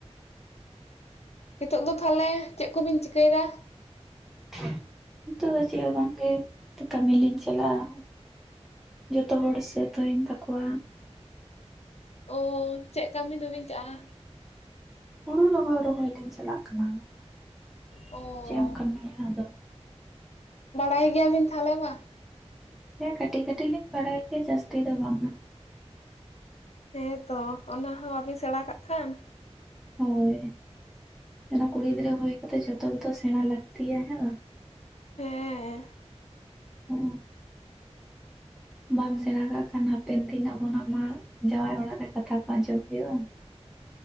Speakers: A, on the left; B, in the centre.
A: ᱱᱤᱛᱚᱜ ᱫᱚ ᱛᱟᱦᱚᱞᱮ ᱪᱮᱫ ᱠᱚᱵᱤᱱ ᱪᱤᱠᱟᱹᱭᱮᱫᱟ
B: <unintelligible> ᱵᱟᱝᱮ ᱠᱟᱹᱢᱤ ᱞᱤᱧ ᱪᱞᱟ-ᱟ ᱡᱚᱛᱚ ᱦᱚᱲ ᱥᱟᱹᱛ ᱦᱩᱭᱮᱱ ᱛᱟᱠᱚᱣᱟ᱾
A: ᱚᱻ ᱪᱮᱫ ᱠᱟᱹᱢᱤ ᱫᱚ ᱵᱤᱱ ᱪᱟᱼᱟ
B: ᱦᱩᱲᱩ ᱨᱚᱦᱚᱭ ᱨᱚᱦᱚᱭ ᱞᱤᱧ ᱪᱟᱞᱟᱜ ᱠᱟᱱᱟ
A: ᱚ
B: ᱪᱮᱫ ᱮᱢ ᱠᱟᱹᱢᱤᱭᱟ ᱟᱫᱚ
A: ᱵᱟᱲᱟᱭ ᱜᱮᱭᱟᱵᱤᱱ ᱛᱟᱦᱚᱞᱮ ᱵᱟ
B: ᱦᱮᱸ ᱠᱟᱹᱴᱤᱡ ᱠᱟᱹᱴᱤᱡ ᱞᱤᱧ ᱵᱟᱲᱟᱭ ᱜᱮᱭᱟ ᱡᱟᱹᱥᱛᱤ ᱫᱚ ᱵᱟᱝ
A: ᱦᱮᱸᱛᱚ ᱚᱱᱟ ᱦᱚᱸ ᱵᱟᱵᱤᱱ ᱥᱮᱬᱟ ᱠᱟᱜ ᱠᱷᱟᱱ
B: ᱦᱳᱭ ᱚᱱᱟ ᱠᱩᱲᱤ ᱜᱤᱫᱽᱨᱟᱹ ᱦᱩᱭ ᱠᱟᱛᱮ ᱡᱚᱛᱚ ᱜᱮᱛᱚ ᱥᱮᱬᱟ ᱞᱟᱹᱠᱛᱤᱭᱟ ᱦᱮ ᱵᱟᱝ
A: ᱦᱮᱸ
B: ᱦᱩᱸ ᱵᱟᱢ ᱥᱮᱬᱟ ᱠᱟᱜ ᱠᱷᱟᱱ ᱦᱟᱯᱮᱱ ᱛᱤᱱᱟᱹᱜ ᱵᱚᱱᱟ ᱢᱟ ᱡᱟᱶᱟᱭ ᱚᱲᱟᱜ ᱨᱮ ᱠᱟᱛᱷᱟ ᱠᱚ ᱟᱸᱡᱚᱢ ᱦᱩᱭᱩᱜᱼᱟ